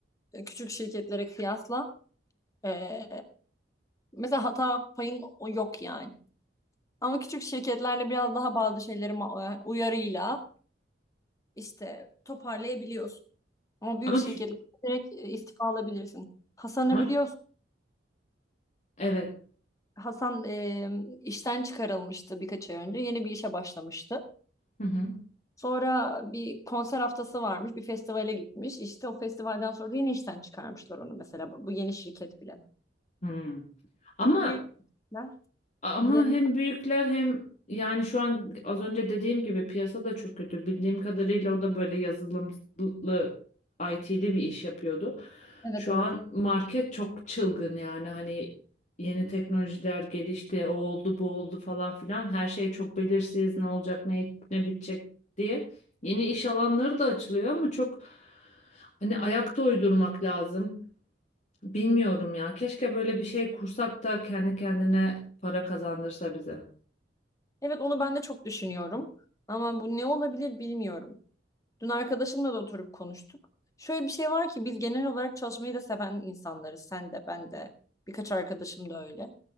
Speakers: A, on the left; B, on the left.
A: e, Küçük şirketlere kıyasla. E, Mesela hata payın o yok yani. Ama küçük şirketlerle biraz daha bazı şeyleri ma- yani uyarıyla işte toparlayabiliyorsun. Ama büyük
B: Ama,
A: şirketler
B: kü-
A: direkt e, istifa alabilirsin. Hasan'ı
B: ama
A: biliyorsun.
B: evet.
A: Hasan e, işten çıkarılmıştı birkaç ay önce. Yeni bir işe başlamıştı.
B: Hı hı.
A: Sonra bir konser haftası varmış. Bir festivale gitmiş. İşte o festivalden sonra da yeni işten çıkarmışlar onu mesela. Bu bu yeni şirket bile.
B: Hı. Ama
A: Çünkü büyük şirketler.
B: Ama
A: ye-
B: hem büyükler hem yani şu an az önce dediğim gibi piyasa da çok kötü. Bildiğim kadarıyla o da böyle yazılımlı IT'li bir iş yapıyordu.
A: Evet
B: Şu
A: evet.
B: an market çok çılgın yani hani yeni teknolojiler gelişti, o oldu, bu oldu falan filan. Her şey çok belirsiz, ne olacak, ne ne bitecek diye. Yeni iş alanları da açılıyor ama çok hani ayakta uydurmak lazım. Bilmiyorum ya. Keşke böyle bir şey kursak da kendi kendine para kazandırsa bize.
A: Evet onu ben de çok düşünüyorum. Ama bu ne olabilir bilmiyorum. Dün arkadaşımla da oturup konuştuk. Şöyle bir şey var ki biz genel olarak çalışmayı da seven insanlarız. Sen de, ben de. Birkaç arkadaşım da öyle.